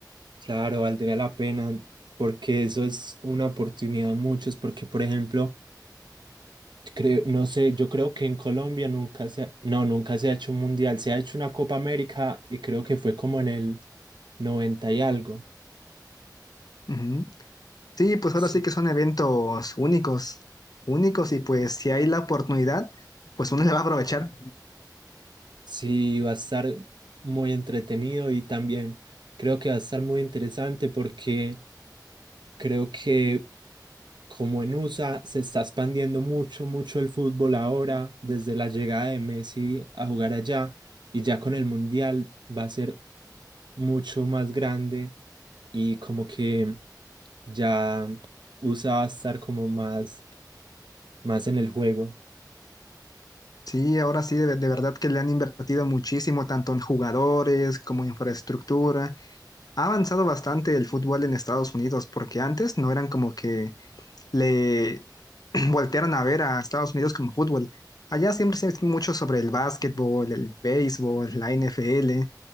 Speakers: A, on the right; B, on the left.
A: Claro, valdría la pena porque eso es una oportunidad de muchos, porque por ejemplo... Creo, no sé, yo creo que en Colombia nunca se ha, no, nunca se ha hecho un mundial, se ha hecho una Copa América y creo que fue como en el noventa y algo.
B: Ujú. Sí, pues
A: Sí,
B: ahora sí que son eventos únicos, únicos y pues si hay la oportunidad, pues uno le va a aprovechar.
A: sí, va a estar muy entretenido y también creo que va a estar muy interesante porque creo que como en USA se está expandiendo mucho, mucho el fútbol ahora, desde la llegada de Messi a jugar allá y ya con el mundial va a ser mucho más grande y como que ya usaba estar como más, más en el juego.
B: Sí, ahora sí, de, de verdad que le han invertido muchísimo, tanto en jugadores como infraestructura. Ha avanzado bastante el fútbol en Estados Unidos porque antes no eran como que le <clears throat> voltearon a ver a Estados Unidos como fútbol. Allá siempre se ha mucho sobre el básquetbol, el béisbol, la NFL,